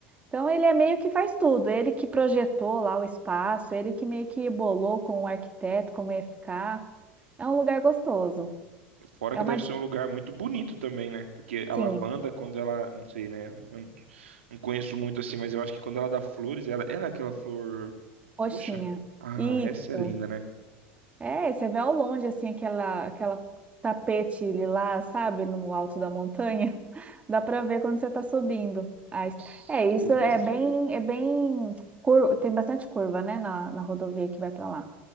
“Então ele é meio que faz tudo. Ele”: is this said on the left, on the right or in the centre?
Right